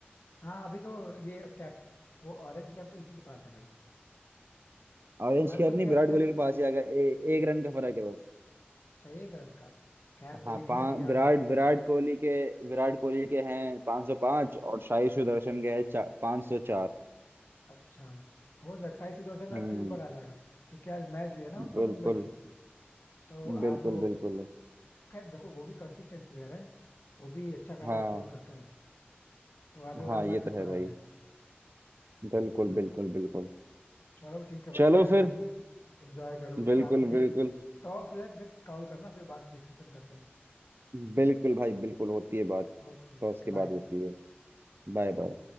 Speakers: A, on the left; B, on the right.
A: हाँ अभी तो ये कैप वो ऑरेंज कैप तो इसी के पास है भाई
B: ऑरेंज
A: पर्पल
B: कैप नहीं
A: कैप
B: विराट
A: शायद
B: कोहली के पास ही आ गया ए, एक रन का फर्क है बस
A: चाहिए करण का खैर
B: हाँ
A: कोई नहीं
B: पाँच
A: अभी
B: विराट
A: आरसीबी का
B: विराट कोहली के विराट कोहली के हैं 505 और साई सुदर्शन के हैं चा, 504
A: अच्छा हो जाएगा साई सुदर्शन आज
B: हम्म
A: फिर ऊपर आ जाएगा क्योंकि आज मैच भी है ना उनका
B: बिल्कुल
A: मुंबई से तो
B: बिल्कुल
A: आज वो
B: बिल्कुल
A: खैर देखो वो भी कंसिस्टेंट प्लेयर है वो भी अच्छा खासा
B: हाँ
A: स्कोर करता है तो आज वो
B: हाँ
A: रन मार
B: ये तो
A: के ऊपर
B: है भाई
A: आ जाएगा
B: बिल्कुल बिल्कुल बिल्कुल
A: चलो ठीक है भाई
B: चलो
A: मैच
B: फिर
A: देखो एंजॉय करो
B: बिल्कुल
A: शाम को फिर
B: बिल्कुल
A: टॉस हो जाए तो फिर कॉल करना फिर बात डिस्कशन करते हैं
B: बिल्कुल भाई बिल्कुल होती है बात
A: Okay
B: तो उसके
A: okay bye
B: बाद होती है Bye bye